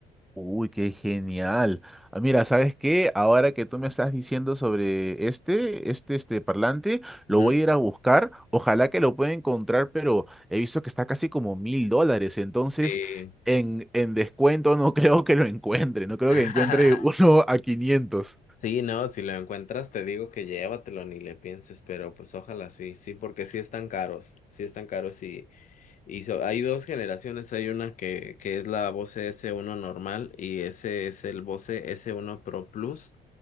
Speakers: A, in the centre; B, on the left (about 50°).
A: Uy, qué genial. Ah, Mira, ¿sabes qué? Ahora que tú me estás diciendo sobre este, este, este parlante, lo
B: Ujú,
A: voy a ir a buscar. Ojalá que lo pueda encontrar, pero he visto que está casi como mil dólares. Entonces,
B: Sí.
A: en, en descuento no <laughs> creo que lo encuentre. No creo
B: <laughs>
A: que encuentre uno a quinientos.
B: Sí, no, si lo encuentras te digo que llévatelo, ni le pienses, pero pues ojalá sí, sí, porque sí están caros, sí están caros y, y so- hay dos generaciones, hay una que, que es la Bose s uno normal y ese es el Bose s uno Pro Plus.